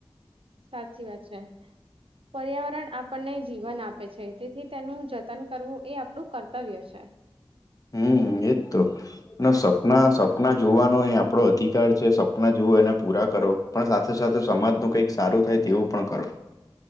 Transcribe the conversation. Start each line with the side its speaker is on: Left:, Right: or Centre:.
Right: સાચી વાત છે પર્યાવરણ આપણને જીવન આપે છે તેથી તેનું જતન કરવું એ આપણું કર્તવ્ય છે.
Left: હમ્મ. એજ તો ને સપના સપના જોવાનો એ આપડો અધિકાર છે સપના જોવ એને પુરા આ કરો પણ સાથે સાથે સમાજનું કઈક સારું થાય તેવું પણ કરો